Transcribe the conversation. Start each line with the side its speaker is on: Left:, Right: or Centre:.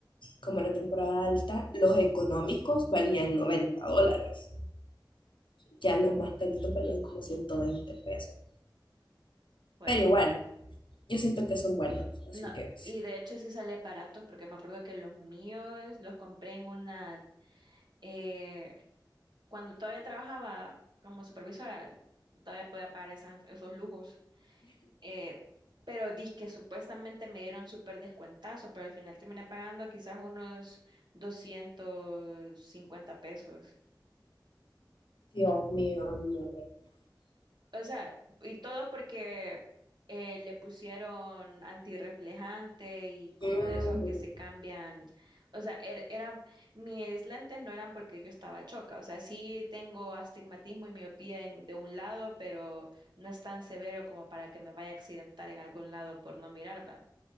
Left: como era temporada alta, los económicos valían 90 dólares, ya los más caritos valían como 120 pesos.
Right: pues
Left: Pero igual, yo siento que son buenos, así
Right: No,
Left: que...
Right: y de hecho sí sale baratos, porque me acuerdo que los míos los compré en una, eh, cuando todavía trabajaba como supervisora, todavía podía pagar esas- esos lujos. Eh, pero que supuestamente me dieron súper descuentazo, pero al final terminé pagando quizás unos 250 pesos.
Left: Dios mío, no.
Right: O sea, y todo porque eh, le pusieron antirreflejante y como
Left: Ujú,
Right: de esos que se cambian. O sea, er- eran, mis lentes no eran porque yo estaba choca. O sea, sí tengo astigmatismo y miopía en- de un lado, pero no es tan severo como para que me vaya a accidentar en algún lado por no mirar, ¿va?